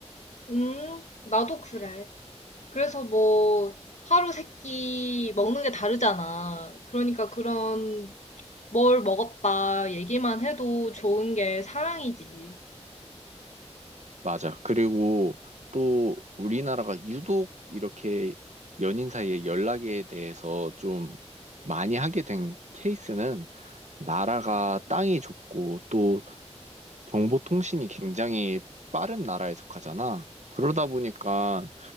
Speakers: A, on the left (about 85°); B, on the right (about 90°).
A: 음, 나도 그래. 그래서 뭐 하루 세 끼 먹는 게 다르잖아. 그러니까 그런 뭘 먹었다 얘기만 해도 좋은 게 사랑이지.
B: 맞아. 그리고 또 우리나라가 유독 이렇게 연인 사이의 연락에 대해서 좀 많이 하게 된 케이스는 나라가 땅이 좁고 또 정보통신이 굉장히 빠른 나라에 속하잖아. 그러다 보니까